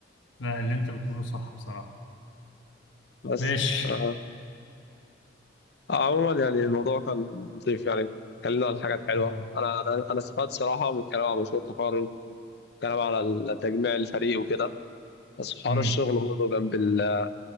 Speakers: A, on the left; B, on the left.
A: لا اللي انت بتقوله صح بصراحة
B: بس
A: ماشي
B: آه. عموما يعني الموضوع كان لطيف يعني اتكلمنا عن حاجات حلوة
A: اه
B: أنا أنا أنا استفدت صراحة من الكلام على مشروع التخرج الكلام على تجميع الفريق وكده بس حوار
A: امم
B: الشغل برضه جنب ال...